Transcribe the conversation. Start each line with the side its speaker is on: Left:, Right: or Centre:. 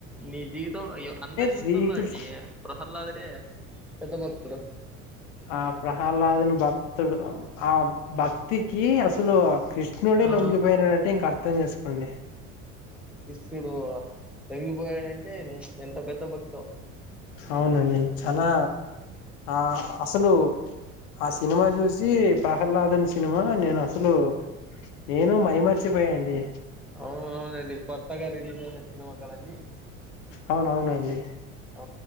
Centre: నీ జీవితంలో అందరి జీవితంలో
Left: శ్రీకృష్ణ
Centre: అండి ప్రహ్లాదే ఎంత భతుడు
Left: ఆ ప్రహ్లాదని భక్తుడు ఆ భక్తికి అసలు కృష్ణుడే
Centre: ఆ
Left: లొంగిపోయినాడంటే ఇంక అర్థం చేసుకోండి
Centre: శిస్తుడు తంగిపోయాడంటే ఎంత పెద్ద భక్తం
Left: అవునండి చాలా ఆ అసలు ఆ సినిమా చూసి ప్రహ్లానాదన్ సినిమా నేను అసలు నేను మైమర్చిపోయా అండి
Centre: అవును అవునండి కొత్తగా రిలీజ్ అయినా సినిమా న్న
Left: అవున అవునండి
Centre: ఆ